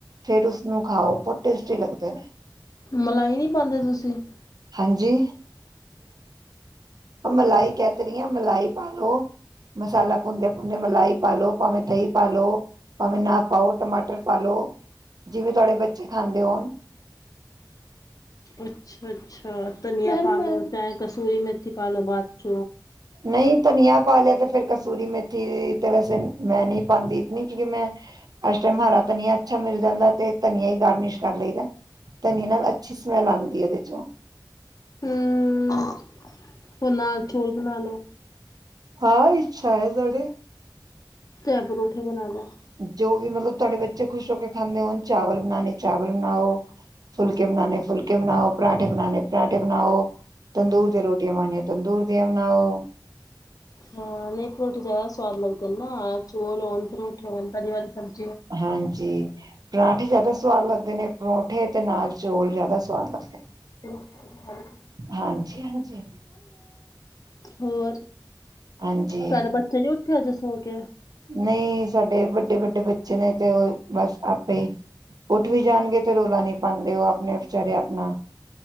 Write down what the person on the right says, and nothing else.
ਫੇਰ ਉਸਨੂੰ ਖਾਓ ਬਹੁਤ ਟੇਸਟੀ ਲੱਗਦੇ ਨੇ।
ਹਾਂਜੀ, ਮਲਾਈ ਕਹਿ ਤੇ ਰਹੀ ਆ ਮਲਾਈ ਪਾ ਲਓ ਮਸਾਲਾ ਪੁੰਦੇ ਭੁੰਨਦੇ ਮਲਾਈ ਪਾ ਲਓ ਭਾਵੇਂ ਦਹੀਂ ਪਾ ਲਓ ਭਾਵੇਂ ਨਾ ਪਾਓ ਟਮਾਟਰ ਪਾ ਲਓ ਜਿਵੇਂ ਤੁਹਾਡੇ ਬੱਚੇ ਖਾਂਦੇ ਹੋਣ,
ਨਹੀਂ ਧਨੀਆਂ ਪਾ ਲਿਆ ਤੇ ਫਿਰ ਕਸੂਰੀ ਮੇ ਤੇ ਵੈਸੇ ਮੈਂ ਨਹੀਂ ਪਾਦੀ ਇਤਨੀ ਕਿਉਂਕਿ ਮੈਂ ਅੱ ਟਾਈਮ ਹਰਾ ਧਨੀਆ ਅੱਛਾ ਮਿਲ ਜਾਂਦਾ ਤੇ ਧਨੀਆ ਹੀ ਗਾਰਨਿਸ਼ ਕਰ ਲਈਦਾ ਧਨੀਆ ਨਾਲ ਅੱਛੀ ਸਮੈਲ ਆਦੀ ਉਹਦੇ ਚੋਂ,
ਆਹ ਇੱਛਾ ਤੁਹਾਡੀ,
ਜੋ ਵੀ ਮਤਲਬ ਤੁਹਾਡੇ ਬੱਚੇ ਖੁਸ਼ ਹੋ ਕੇ ਖਾਂਦੇ ਹੋ ਚਾਵਲ ਬਣਾਣੇ ਚਾਵਲ ਬਣਾਓ ਫੁਲਕੇ ਬਣਾਣੇ ਫੁਲਕੇ ਬਣਾਓ ਪਰਾਂਠੇ ਬਣਾਉਣੇ ਪਰਾਂਠੇ ਬਣਾਓ। ਤੰਦੂਰ ਤੇ ਰੋਟੀਆਂ ਪਾਣੀਆਂ ਤੰਦੂਰ, ਉਣਾ ਉਹ
ਹਾਂਜੀ ਪਰਾਂਠੇ ਜ਼ਿਆਦਾ ਸੁਵਾਦ ਲੱਗਦੇ ਨੇ ਪਰੌਂਠੇ ਤੇ ਨਾਲ ਚੌਲ ਜ਼ਿਆਦਾ ਸਵਾਦ ਲੱਗਦੇ ਨੇ।
ਹਾਂਜੀ ਹਾਂਜੀ।
ਹਾਂਜੀ
ਨਹੀਂ ਸਾਡੇ ਵੱਡੇ ਵੱਡੇ ਬੱਚੇ ਨੇ ਤੇ ਉਹ ਬਸ ਆਪੇ ਉੱਠ ਵੀ ਜਾਣਗੇ ਤੇ ਰੌਲਾ ਨਹੀਂ ਪਾਉਂਦੇ ਉਹ ਆਪਣੇ ਵਿਚਾਰੇ ਆਪਣਾ